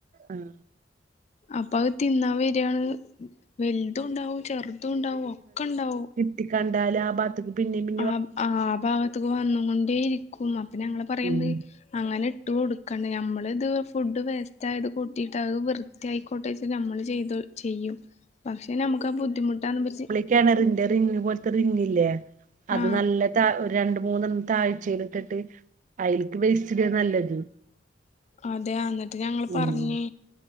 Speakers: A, on the right; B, on the left.
A: ആഹ്
B: അപ്പൊ അത് തിന്നാൻ വരാണ് വലുതു ണ്ടാവും ചെറുതുണ്ടാവും ഒക്കെ ണ്ടാവും
A: ട്ടി കണ്ടാലാഭാഗത് ഗത്തിക്ക് പിന്നീം പിന്നീം
B: ആ ആ ഭാഗത്തക്ക് വന്ന്ങ്ങൊണ്ടേയിരിക്കും. അപ്പൊ ഞങ്ങൾ പറയണ്ട്
A: ഉം
B: അങ്ങനെ ഇട്ട് കൊടു ക്കണ് ഞമ്മളിത് ഫുഡ് വേസ്റ്റ് ആയത് കൂട്ടിയിട്ട് അത് വൃത്തി ആയിക്കോട്ടെച്ച് നമ്മള് ചെയ്തു ചെയ്യും പക്ഷെ നമുക്ക് ആ ബുദ്ധിമുട്ടാനുമ്പോ ര്ച്
A: കിണറിന്റെ റിങ് പോലത്തെ റിങ്ങലേ അത്
B: ആ
A: നല്ല താ രണ്ട മൂന്നെണ്ണം താഴ്ച്ചേലൊക്കെട്ട് അയിൽക്ക് വേസ്റ്റിടാ നല്ലത്
B: അതെ അന്നിട്ട് ഞങ്ങൾ പറഞ്ഞ്
A: ഉം